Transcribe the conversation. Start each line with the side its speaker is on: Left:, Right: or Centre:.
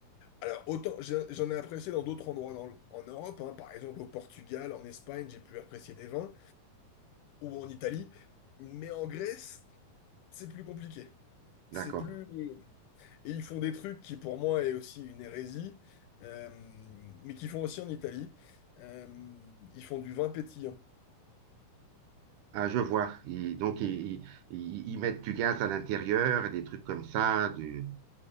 Left: Alors, autant j'ai- j'en ai apprécié dans d'autres endroits dans le- en Europe, hein, par exemple au Portugal, en Espagne, j'ai pu apprécier des vins, ou en Italie, mais en Grèce, c'est plus compliqué. C'est
Right: d'accord.
Left: plus. Et ils font des trucs qui pour moi est aussi une hérésie, euh, mais qu'ils font aussi en Italie. Euh, ils font du vin pétillant.
Right: Ah, je vois. Ils- donc, ils, ils- ils- mettent du gaz à l'intérieur, des trucs comme ça, du,